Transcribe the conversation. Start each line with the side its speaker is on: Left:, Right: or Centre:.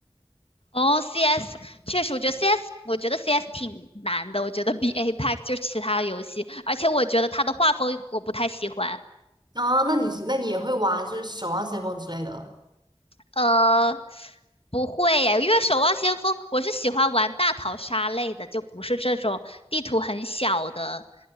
Left: 哦，CS 确实，我觉得 CS，我觉得 CS 挺难的，我觉得比 Apex 就是其他游戏，而且我觉得它的画风我不太喜欢。
Right: 啊。那你那你也会玩就是守望先锋之类的了
Left: 呃，不会耶，因为《守望先锋》我是喜欢玩大逃杀类的，就不是这种地图很小的，